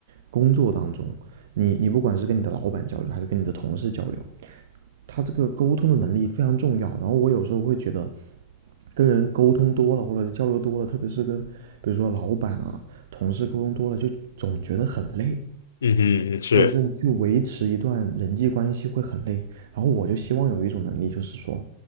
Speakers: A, on the right (about 60°); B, on the left (about 65°).
A: 工作当中，你你不管是跟你的老板交流，还是跟你的同事交流，他这个沟通的能力非常重要。然后我有时候会觉得，跟人沟通多了或者交流多了，特别是跟比如说老板啊、同事沟通多了，就总觉得很累，
B: 嗯哼嗯是
A: 或者是你去维持一段人际关系会很累。然后我就希望有一种能力，就是说